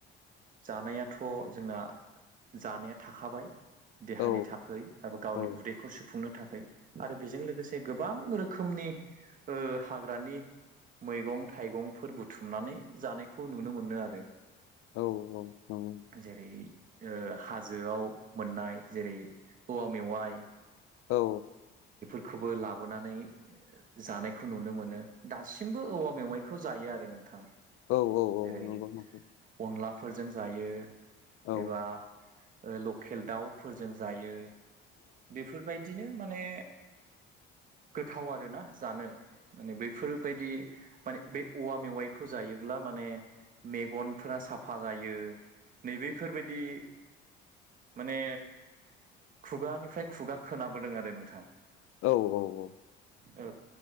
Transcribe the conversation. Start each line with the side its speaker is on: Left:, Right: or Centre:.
Right: जानायाथ' जोंना जानाया थाखाबाय। देहानि
Left: औ
Right: थाखै एबा गावनि
Left: औ
Right: उदैखौ सुफुंनो थाखै आरो बेजों लोगो गोसे गोबां रोखोमनि ओ हाग्रानि मैगं थाइगंफोर बुथुमनानै जानायखौ नुनो मोनो आरो।
Left: औ औ नंगौ।
Right: जेरै ओ हाजोआव मोननाय जेरै औवा मेवाइ
Left: औ
Right: खौबो लाबोनानै जानायखौ नुनो मोनो। दासिमबो औवा मेवाइखौ जायो आरो नोंथां।
Left: औ औ औ
Right: जेरै
Left: नंगौ नंगौ
Right: अनलाफोरजों जायो।
Left: औ
Right: एबा
Left: औ
Right: लकेल दाव फोरजों जायो। बेफोरबायदिनो माने गोथाव आरोना जानो । माने बैफोरबायदि माने बे औवा मेवाइखौ जायोब्ला माने मेगनफोरा साफा जायो। नैबे फोरबायदि माने खुगानि फ्राय खुगा खोनाबोदों आरो नोंथां।
Left: औ औ औ
Right: औ